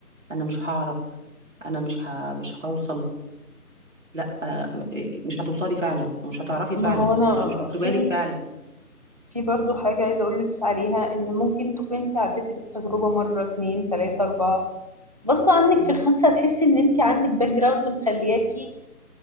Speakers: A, on the right; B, on the right.
A: انا مش هعرف انا مش ه... مش هوصل لا آه، م- آه، مش هتوصلي فعلا ومش هتعرفي
B: ما
A: فعلا
B: هو انا
A: وهتبقى مش مكتوبالك
B: في
A: فعلا
B: في برضو حاجه عايزه اقول لك عليها ان ممكن تكون انت عديتي بالتجربه مره اتنين تلاته اربعه غصب عنك
A: مم.
B: في الخمسه هتحسي ان انت عندك باك جراوند مخلياكي